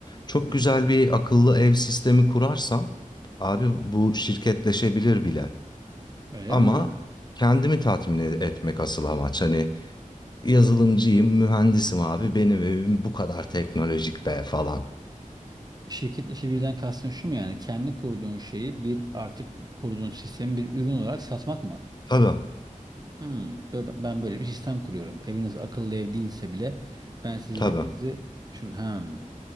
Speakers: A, on the left; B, on the right.
A: Çok
B: Hı
A: güzel
B: hı.
A: bir akıllı ev sistemi kurarsam abi bu şirketleşebilir bile.
B: Öyle
A: Ama
B: mi?
A: kendimi tatmin e- etmek asıl amaç. Hani yazılımcıyım, mühendisim abi benim evim bu kadar teknolojik be falan.
B: Şirket işi birden kastın şu mu yani? Kendi kurduğun şeyi bir artık kurduğun sistemi bir ürün olarak satmak mı?
A: Tabii
B: Hmm, bö- ben böyle bir sistem kuruyorum. Eviniz akıllı ev değilse bile ben sizin
A: tabii.
B: evinizi şu hem